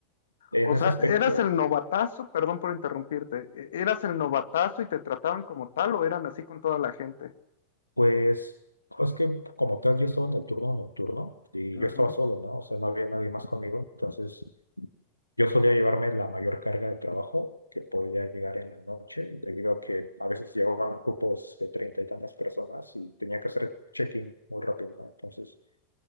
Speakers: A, on the left; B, on the left.
A: En
B: O sea,
A: ese aspecto,
B: eras el novatazo, perdón por interrumpirte, e- eras el novatazo y te trataban como tal o eran así con toda la gente.
A: pues, es que como tal, yo estaba en el turno nocturno y
B: Ujú,
A: yo estaba solo, ¿no? O sea, no había nadie más conmigo, entonces yo solía llevarme la mayor carga de trabajo que podía llegar en la noche, debido a que a veces llevaban grupos de treinta y tantas personas y tenía que hacer check-in muy rápido, ¿no? Entonces...